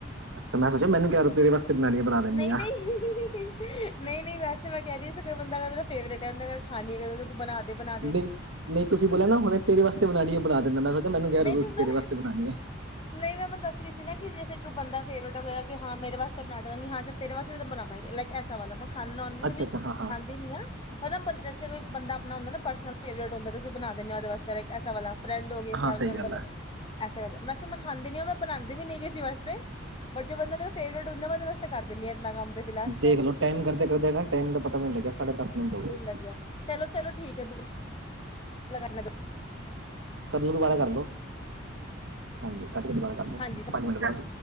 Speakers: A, on the right (about 65°); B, on the left (about 25°).
A: ਅੱਛਾ ਮੈਂ ਸੋਚਿਆ ਮੈਨੂੰ ਕਹਿ ਰਹੇ ਹੋ ਤੇਰੇ ਵਾਸਤੇ ਬਣਾਣੀ ਆ ਬਣਾ ਦਿੰਨੀ
B: ਨਹੀਂ-ਨਹੀਂ।
A: ਆ
B: ਨਹੀਂ-ਨਹੀਂ ਵੈਸੇ ਮੈਂ ਕਹਿਰੀ ਸੀ ਕੋਈ ਬੰਦਾ ਫੇਵਰੇਟ ਹੈ ਖਾਣੀੂੰ ਬਣਾਦੇ- ਬਣਾਦੇ
A: ਨਹੀਂ ਨਹੀਂ ਤੁਸੀਂ ਬੋਲਿਆ ਨਾ ਹੁਣੇ ਤੇਰੇ ਵਾਸਤੇ ਬਣਾਉਣੀ ਬੁ ਦਿੰਦਾ ਮੈਂ ਸੋਚ ਮਨੂੰਹਿ
B: ਨਹੀਂ
A: ਰਹੇ ਤੁਸੀਂ
B: ਨਹੀਂ ਮੈਂ
A: ਤੇਰੇ ਸਤੇ ਬਣਾਉਣੀ ਹੈ
B: ਨਹੀਂ ਮੈਂ ਮੈਨੂੰ ਦੱਸ ਰਹੀ ਸੀ ਨਾ ਕਿ ਜੇ ਕੋਈ ਬੰਦਾ ਫੇ ਹੋ ਗਿਆ ਹ ਮੇਰੇ ਵਾਸਤੇ ਬਣਾ ਦੇਵਾਂ ਹਾਂ ਜ ਤੇਰੇ ਵਾਸਤੇ ਤਾਂ ਬਵਾਂਗੇ ਲਾਈਕ ਐਸਾ ਵਾ ਮੈਂ ਖਾਂਦਾ ਉਹਦੇ
A: ਅੱਛਾ
B: ਚ ਵੀ
A: ਅੱਛਾ ਹਾਂ ਹਾਂ
B: ਖਾਂਦੇ ਨੀ ਆ ਪਰੇ ਕੋਈ ਬੰਦਾ ਆਪਣਾ ਹੁੰਦਾ ਨਾ ਪਰਸਨਲ ਫੇਵਰੇਟ ਹੁੰਦਾ ਤੁਸੀ ਬਣਾ ਦਦੇ ਹੋ ਉਹਦੇ ਵਾਸਤੇਕਸ ਵਾ ਫਰੈਂਡ ਹੋ ਗ ਫੈਮਲੀ
A: ਹਾਂ ਸਹੀ
B: ਮੈਂਬਰ
A: ਗੱਲ
B: ਹੋ
A: ਹੈ
B: ਐ ਕਰਦਾ ਵੈਸੇ ਮੈਂ ਖਾਂਦੀ ਨ ਮੈਂ ਬਣਾਉਂਦੀ ਵੀ ਨ ਕਿਸੇ ਵਾਸਤੇ ਬਟ ਜੋ ਬੰਦਾ ਮੇਰਾ ਫੇਵਰੇਟ ਉਹਨਾਂ ਵਾਸ ਕਰਿੰਦੀ ਆ ਇ ਆਪਨਾ ਕੰਮ ਤੇ ਫਿਲਹਾਲ
A: ਦੇਖ
B: ਫਿਰ
A: ਲਓ ਟਾਈਮ ਕਰਦੇ ਕਰਦੇ ਟਾਈਮ ਦਾ ਪਤਾ ਵੀ ਨੀ ਲੱਗਿਆ ਸਾਢੇ ਦਸ ਮਿੰਟ ਹੋ ਗਏ
B: ਲੱਗਿਆ ਚਲੋ, ਚਲੋ, ਠੀਕ ਹੈ ਦ <unintelligible>
A: ਕਦਲੋ ਦੁਬਾਰਾ ਕਰਲੋ, ਹਾਂਜੀ ਕੱਟ ਕੇ ਦੁਬਾਰਾ ਕਰ ਲੋ
B: ਹਾਂਜੀ ਸਾ
A: ਪੰਜ ਮਿੰਟ ਬਾਅਦ